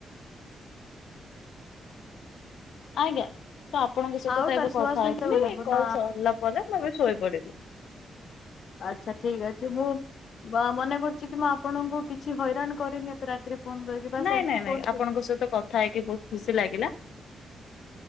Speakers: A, on the left; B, on the left.
A: ଆଜ୍ଞା, ତ ଆପଣଙ୍କ ସହିତ
B: ଆଉ
A: ତ
B: ତାହେଲେ
A: ଏବେ
B: ଶୁଆଶୁଇ
A: କଥା ହଉଥିଲି
B: କେତେବେଳେ ହବ
A: କଲ
B: ନା
A: ସରିଲା ପରେ ମୁଁ ବି ଶୋଇପଡିବି।
B: ଆଚ୍ଛା ଠିକ୍ ଅଛି ମୁଁ ବା ମନେ କରୁଛି କି ମୁଁ ଆପଣଙ୍କୁ କିଛି ହଇରାଣ କରିନି ଏତେ ରାତିରେ ଫୋନ କରିକି ବାସ୍
A: ନାଇଁ-ନାଇଁ-ନାଇଁ
B: ଏମିତି ଫୋନ କରିଦେଲି।
A: ଆପଣଙ୍କ ସହିତ କଥା ହେଇକି ବହୁତ ଖୁସି ଲାଗିଲା।